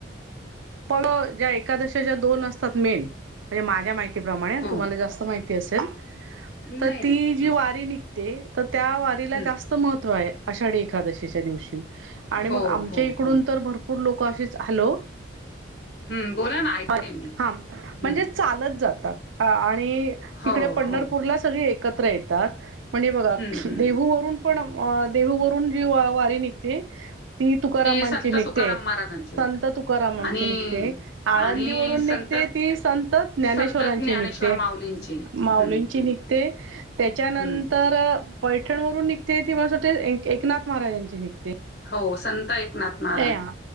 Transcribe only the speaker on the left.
हो.
नाही,
नाही.
हं,
हं.
हो,
हो,
हो.
हम्म बोला ना. ऐकते
मी.
हं.
हो,
हो.
हं, हं.
संत
तुकाराम महाराजांची होती.
आणि
आणि संत
संत ज्ञानेश्वर
माऊलींची.
हं,
हं.
हो संत एकनाथ महाराज.